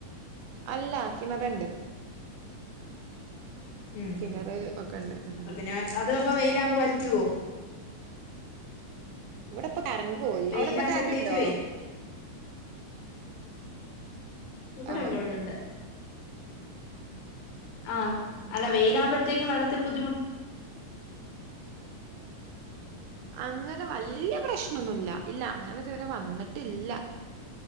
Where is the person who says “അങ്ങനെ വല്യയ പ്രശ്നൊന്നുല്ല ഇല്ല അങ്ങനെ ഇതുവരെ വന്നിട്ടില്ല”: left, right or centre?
Right